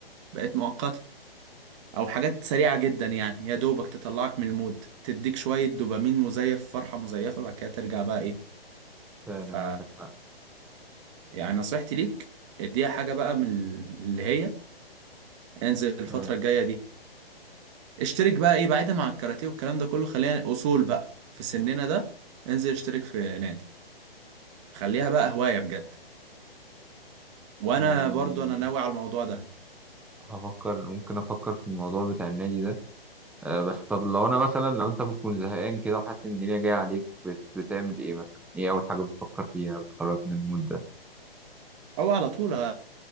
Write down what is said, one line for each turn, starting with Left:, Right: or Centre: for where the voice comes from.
Right: بقت مؤقتة او حاجات سريعة جدا يعني يا دوبك تطلعك من المود تديك شوية دوبامين مزيف فرحة مزيفة بعد كده ترجع بقى ايه
Centre: فعلا
Right: ف
Centre: عندك حق
Right: يعني نصيحتي ليك اديها حاجة بقى من اللي هي انزل الفترة
Centre: اه
Right: الجاية دي اشترك بقى ايه بعيدا عن الكاراتيه والكلام ده كله خلينا اصول بقى في سننا ده انزل اشترك في نادي خليها بقى هواية بجد وانا
Centre: يعني
Right: برضو انا ناوي على الموضوع ده
Centre: هفكر ممكن أفكر في الموضوع بتاع النادي ده آه بس طب لو أنا مثلا لو أنت بتكون زهقان كده وحاسس إن الدنيا جاية عليك بت... بتعمل إيه مثلا؟ إيه أول حاجة بتفكر فيها بتخرج من المود ده؟
Right: او على طول